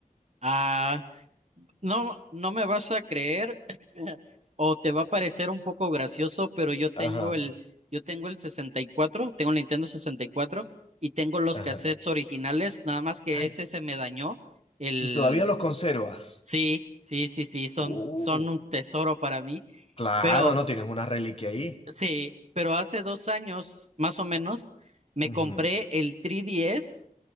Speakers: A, on the right; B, on the left.
A: Ah, no, no me vas a creer o te va a parecer un poco gracioso, pero yo tengo
B: Ajá,
A: el, yo tengo el sesenta y cuatro, tengo el Nintendo sesenta y cuatro y tengo los
B: ajá.
A: cassettes originales, nada más que
B: Ay,
A: ese se me dañó. El,
B: ¿y todavía los conservas?
A: sí, sí, sí, sí, son,
B: Uh,
A: son un tesoro para mí.
B: claro,
A: Pero,
B: no, tienes una reliquia ahí.
A: sí, pero hace dos años, más o menos, me
B: Ujú,
A: compré el tres D S